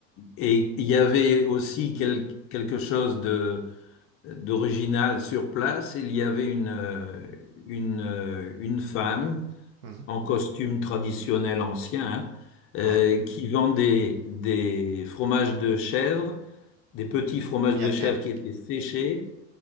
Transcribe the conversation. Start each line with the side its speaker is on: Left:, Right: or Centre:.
Left: et il y avait aussi quel- quelque chose de, d'original sur place. Il y avait une, euh, une, euh, une femme
Right: Mhm.
Left: en costume traditionnel ancien, hein, euh,
Right: Ouais.
Left: qui vendait des fromages de chèvre, des petits fromages
Right: Miam
Left: de chèvre
Right: miam.
Left: qui étaient séchés